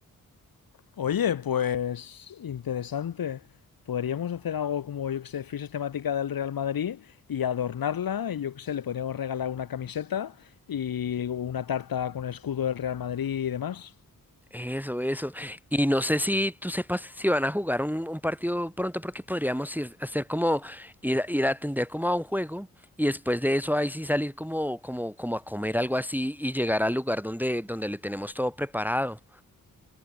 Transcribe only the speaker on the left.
Oye, pues interesante. Podríamos hacer algo como, yo que sé, fichas temática del Real Madrid y adornarla. Y yo que sé, le podríamos regalar una camiseta y una tarta con el escudo del Real Madrid y demás.